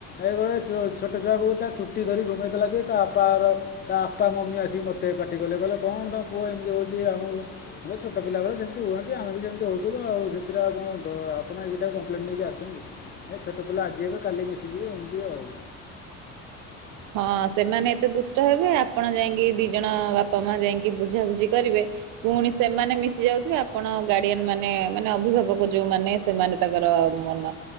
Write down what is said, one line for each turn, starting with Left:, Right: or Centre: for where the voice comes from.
Left: ଏ ଛୋଟ ଛୁଆକୁ ତା ଚୁଟି ଧରି ଗୁମେଇଥିଲା ଯେ ତା ବାପାାର ତାପା ମମି ଆସିକି ମୋତେ ପାର୍ଟି କଲେ କହିଲେ କଣ ତାଙ୍କ ପୁଅ ଏମିତି ହେଉଛି ଆମ ଛୋଟ ପିଲାବେଳେ ଯେମିତି ହୁଅନ୍ତି ଆମେ ବି ଯେମିତି ହେଉଥଥିଲୁ ଆଉ ସେଥିରେ ଆଉ କଣ ଆପଣ ଏଇକିଟାକୁ କମ୍ପ୍ଲେନ୍ ନେଇକି ଆସନ୍ତି ଏ ଛୋଟ ପିଲା ଆଜି ହେବେ କାଲି ମିଶିଯିବେ ଏମିତି ଆଉ।
Right: ହଁ ସେମାନେ ଏତେ ଦୁଷ୍ଟ ହେବେ ଆପଣ ଯାଇକି ଦି ଜଣ ବାପା ମା ଯାଇକି ବୁଝାାବୁଝି କରିବେ ପୁଣି ସେମାନେ ମିଶି ଯାଉଥିବେ ଆପଣ ଗାର୍ଡିଆନ ମାନେ ମାନେ ଅଭିଭାବକ ଯୋଉମାନୋନ ସେମାନେ ତାଙ୍କର ମନ